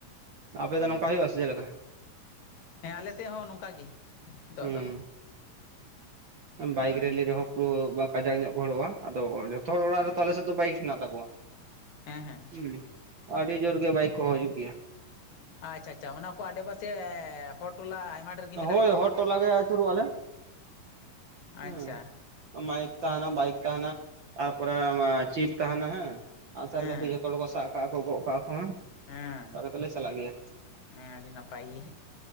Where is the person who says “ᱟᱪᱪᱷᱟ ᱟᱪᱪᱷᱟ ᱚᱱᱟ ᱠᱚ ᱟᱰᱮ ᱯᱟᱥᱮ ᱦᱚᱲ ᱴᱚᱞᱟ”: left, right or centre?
Left